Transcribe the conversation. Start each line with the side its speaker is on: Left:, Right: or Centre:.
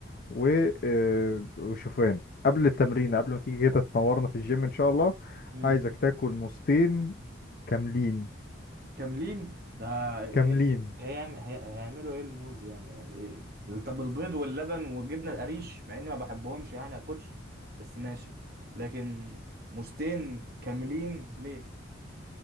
Left: و- آه، وشوفان قبل التمرين قبل ما تيجي كده تنورنا في الجيم ان شاء الله
Right: امم
Left: عايزك تاكل موزتين كاملين
Right: كاملين ده إيه
Left: كاملين
Right: إيه إيه هيعم- هي- هيعملوا ايه الموز يعني إيه إيه؟ طب البيض واللبن والجبنه القريش مع اني ما بحبهمش يعني يا كوتش بس ماشي لكن موزتين كاملين ليه